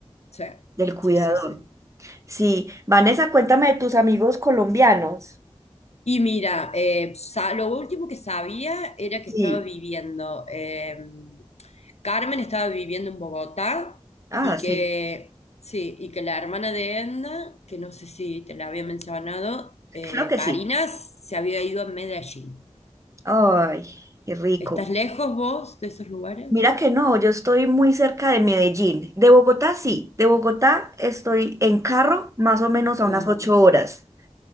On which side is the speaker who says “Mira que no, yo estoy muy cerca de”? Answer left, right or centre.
Right